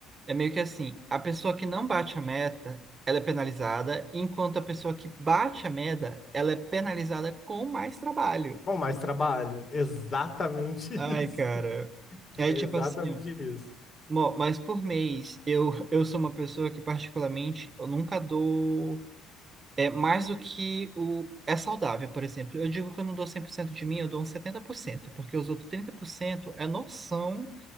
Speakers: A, on the right; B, on the left.
A: É meio que assim, a pessoa que não bate a meta, ela é penalizada, enquanto a pessoa que bate a meta, ela é penalizada com mais trabalho.
B: Com mais trabalho. Exatamente <laughs> isso.
A: Ai, cara. É
B: É
A: tipo
B: exatamente
A: assim,
B: isso.
A: mo- mas por mês, eu, eu sou uma pessoa que particularmente, eu nunca dou é, mais do que o é saudável, por exemplo. Eu digo que eu não dou 100% de mim, eu dou uns 70%, porque os outros 30% é noção